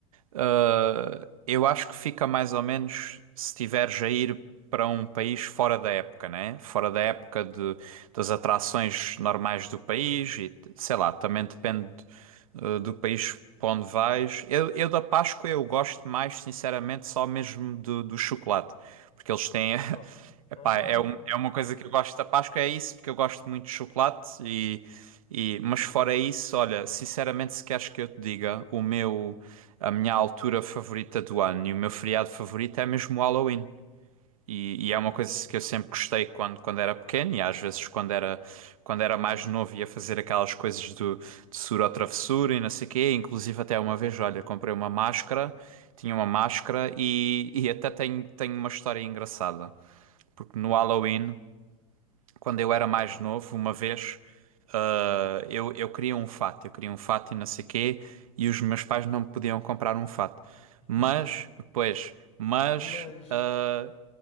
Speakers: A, on the right (about 75°); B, on the left (about 35°).
A: ah, eu acho que fica mais ou menos se tiveres a ir para um país fora da época, né? Fora da época de, das atrações normais do país
B: Sim.
A: e, t- sei lá, também depende, ah, do país para onde vais. Eu, eu da Páscoa eu gosto mais, sinceramente, só mesmo do, do chocolate, porque eles têm...
B: Ok.
A: <laughs> Epá,
B: <laughs>
A: é, um- é uma coisa que eu gosto da Páscoa, é isso, porque eu gosto muito de chocolate e... E, mas fora isso, olha, sinceramente, se queres que eu te diga, o meu, a minha altura favorita do ano e o meu feriado favorito é mesmo o Halloween. E, e
B: Hum,
A: é uma coisa que eu sempre gostei quando, quando era pequeno e às vezes quando era, quando era mais novo ia fazer aquelas coisas do, de sura ou travessura e não sei o quê. Inclusive até uma vez, olha, comprei uma máscara, tinha uma máscara e, e até tenho, tenho uma história engraçada. Porque no Halloween quando
B: ok.
A: eu era mais novo, uma vez, ah, eu, eu queria um fato, eu queria um fato e não sei quê, e os meus pais não me podiam comprar um fato.
B: <laughs>
A: Mas, pois, mas,
B: Mas,
A: ah,